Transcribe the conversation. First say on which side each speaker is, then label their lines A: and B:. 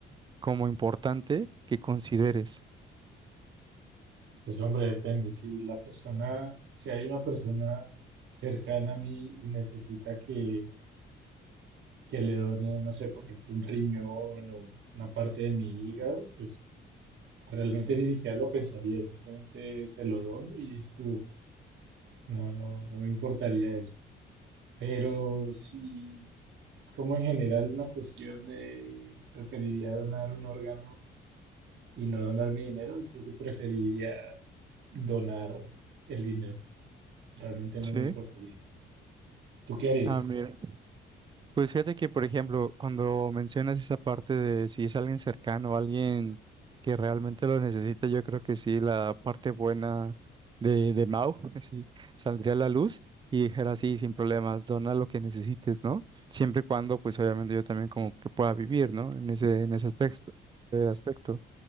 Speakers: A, on the right (about 25°); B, on the right (about 70°).
A: como importante que consideres.
B: Pues hombre, depende. Si la persona, si hay una persona cercana a mí y necesita que, que le done, no sé, por ejemplo, un riñón o una parte de mi hígado, pues realmente ni siquiera lo pensaría, simplemente se lo dono y estuvo. No, no, no me importaría eso. Pero si es como en general una cuestión de preferiría donar un órgano y no donar mi dinero, creo que preferiría donar el dinero. Realmente no
A: Sí.
B: me importaría. ¿Tú qué harías?
A: Ah, mira. Pues fíjate que, por ejemplo, cuando mencionas esa parte de si es alguien cercano, alguien que realmente lo necesita, yo creo que sí, la parte buena de, de Mau, <laughs> sí, saldría a la luz y dijera, sí, sin problemas, dona lo que necesites, ¿no? Siempre y cuando, pues obviamente yo también como que pueda vivir, ¿no? En ese, en ese aspecto, eh, aspecto.